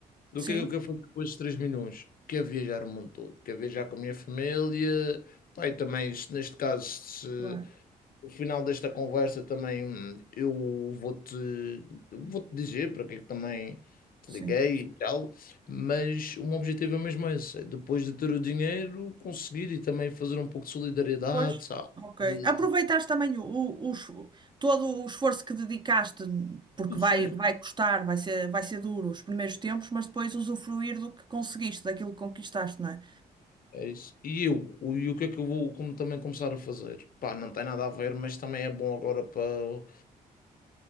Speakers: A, on the left (about 50°); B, on the right (about 25°).
A: Então,
B: Sim,
A: O que é que eu quero fazer com esses 3 milhões? Quero viajar o mundo todo, quero viajar com a minha família. Pai, também, se neste caso,
B: claro.
A: no final desta conversa também hum, eu vou-te vou-te dizer para que é que também te
B: Sim.
A: liguei e tal, mas o meu objetivo é mesmo esse, é depois de ter o dinheiro conseguir e também fazer um pouco de solidariedade,
B: Pois,
A: sabe?
B: ok.
A: De-
B: Aproveitaste também o, o- o es- todo o esforço que dedicaste, porque vai,
A: Sim.
B: vai custar, vai ser, vai ser duro os primeiros tempos, mas depois usufruir do que conseguiste, daquilo que conquistaste, não é?
A: É isso. E eu, o, e o que é que eu vou como, também começar a fazer? Pá, não tem nada a ver, mas também é bom agora para